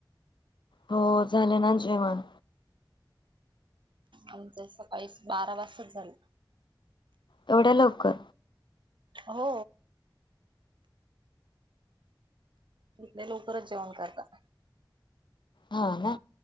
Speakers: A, on the left; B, on the right.
A: हो झालं ना जेवण.
B: आमच सकाळी बारा वाजच झालं.
A: एवढ्या लवकर,
B: हो इथले लवकरच जेवण करतात.
A: हा ना